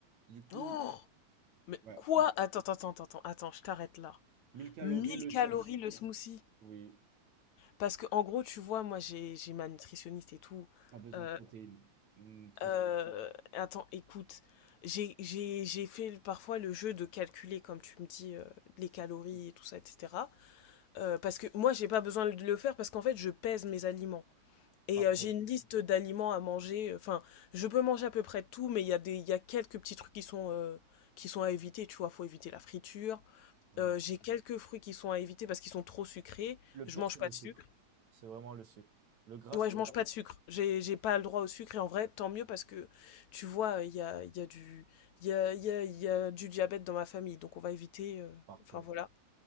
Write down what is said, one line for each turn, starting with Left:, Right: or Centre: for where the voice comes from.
Right: Du coup,
Left: oh, mais
Right: ouais,
Left: quoi?
Right: le-
Left: Attends, attends, attends, attends, attends, je t'arrête là.
Right: 1000 calories
Left: mille
Right: le
Left: calories
Right: sèche.
Left: le smoothie.
Right: Oui,
Left: Parce que en gros, tu vois, moi j'ai j'ai ma nutritionniste et tout.
Right: pas besoin
Left: Euh,
Right: de protéines. Hum, transforme.
Left: euh, attends, écoute, j'ai j'ai j'ai fait parfois le jeu de calculer, comme tu me dis, euh, les calories et tout ça, etc. Euh, parce que moi j'ai pas besoin de le faire parce qu'en fait je pèse mes aliments. Et
Right: Parfait,
Left: euh, j'ai une liste d'aliments à manger. Enfin, je peux manger à peu près tout, mais il y a des il y a quelques petits trucs qui sont euh, qui sont à éviter. Tu vois, faut éviter la friture.
Right: vraiment.
Left: Euh, j'ai quelques fruits qui sont à éviter parce qu'ils sont trop sucrés.
Right: Le
Left: Je
Right: pire,
Left: mange
Right: c'est
Left: pas
Right: le
Left: de
Right: sucre.
Left: sucre.
Right: C'est vraiment le sucre. Le gras,
Left: Ouais,
Right: c'est
Left: je mange
Right: pas-
Left: pas de sucre. J'ai, j'ai pas le droit au sucre. Et en vrai, tant mieux parce que, tu vois, il y a, il y a du, il y a, il y a- il y a du diabète dans ma famille. Donc, on va éviter. euh,
Right: parfait.
Left: enfin, voilà.